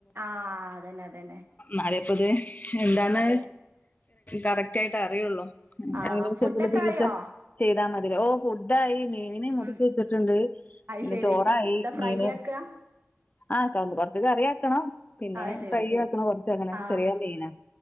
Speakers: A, on the right; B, on the left.
A: ആഹ അതന്നെ അതന്നെ
B: നളെ ഇപ്പ ഇത് എന്താന്ന്
A: അതെ
B: കറക്റ്റ് ആയിട്ട് അറിയുള്ളൂ
A: ആഹ്
B: അനുസരിച്ചുള്ള
A: ഫുഡൊക്കെ
B: ചികിത്സ
A: ആയോ
B: ചെയ്താ മതി ഓ ഫുഡായി മീന് മുറിച്ച്
A: ഉം
B: വെച്ചിട്ടുണ്ട്
A: അത്
B: പിന്നെ
A: ശരി
B: ചോറായി
A: എന്താ ഫ്രൈ
B: മീന്
A: ആക്കാ
B: ആക്കന്ന് കൊറച്ച കറിയക്കണം പിന്നെ
A: അത് ശരി
B: ഫ്രൈ ആക്കണം കൊറച്ച അങ്ങനെ
A: ആഹ്
B: ചെറിയ മീന